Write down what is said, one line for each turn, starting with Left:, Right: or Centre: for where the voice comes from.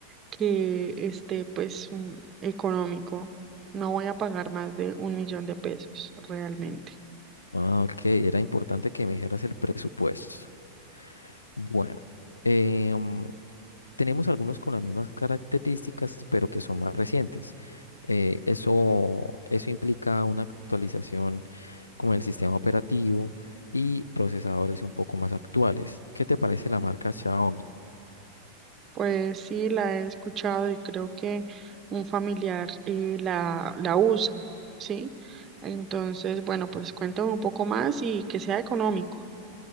Right: que esté pues mm, económico. No voy a pagar más de un millón de pesos realmente.
Left: Ah, ok, era importante que me dijeras el presupuesto. Bueno, em, Tenemos algunos con las mismas características, pero que son más recientes. Eh, eso, eso implica una actualización como el sistema operativo y procesadores un poco más actuales. ¿Qué te parece la marca Xiaomi?
Right: Pues sí, la he escuchado y creo que un familiar eh, la, la usa, ¿sí? Entonces, bueno, pues cuéntame un poco más y que sea económico.